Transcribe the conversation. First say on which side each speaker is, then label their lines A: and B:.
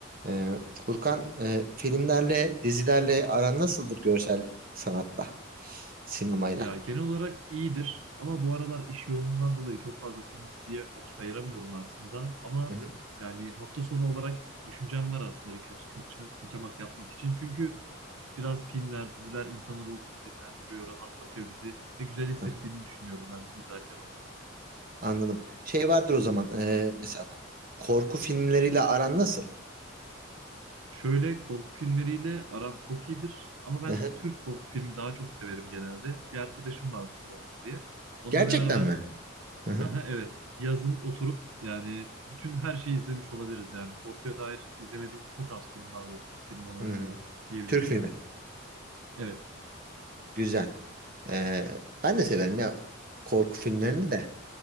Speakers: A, on the right (about 45°); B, on the right (about 85°).
A: Ee, Furkan, e, filmlerle, dizilerle aran nasıldır görsel sanatla, sinemayla?
B: Ya genel olarak iyidir ama bu aralar iş yoğunluğundan dolayı çok fazla film diziye vakit ayıramıyorum aslında. Ama
A: Hı hı.
B: yani hafta sonu olarak düşüncem var aslında birkaç kaç, kaçamak yapmak için. Çünkü biraz filmler, diziler insanın ruhunu dinlendiriyor, rahatlatıyor bizi ve güzel hissettiğini
A: Hı hı.
B: düşünüyorum ben izlerken onları.
A: Anladım. Şey vardır o zaman, e, mesela k- korku filmleriyle aran nasıl?
B: Şöyle korku filmleriyle aram çok iyidir ama ben
A: Hı hı.
B: Türk korku filmi daha çok severim genelde. Bir arkadaşım vardır Orhun diye. Onunla
A: Gerçekten
B: beraber
A: mi? Hı hı.
B: Aha, evet. Yazın oturup yani bütün her şeyi izlemiş olabiliriz yani. Korkuya dair izlemediğim çok az film vardı Türk filmi olarak
A: Hı hı.
B: diyebilirim.
A: Türk filmi.
B: Evet.
A: Güzel. Ee, ben de severim ya korku filmlerini de.